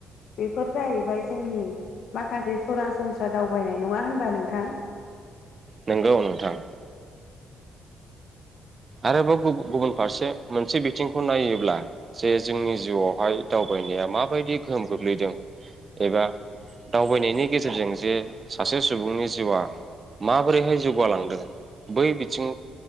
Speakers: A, on the left (about 65°); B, on the right (about 35°).
A: बेफोर जाहैबाय जोंनि माखासे सरासनस्रा दावबायनाय नङा होनबा नोंथां।
B: नंगौ नोंथां। आरोबाव गुब गुबुन फारसे मोनसे बिथिंखौ नायोब्ला जे जोंनि जिउआवहाय दावबायनाया माबायदि गोहोम गोग्लैदों एबा दावबायनायनि गेजेरजों जे सासे सुबुंनि जिउआ माबोरैहाय जौगालांदों बै बिथिं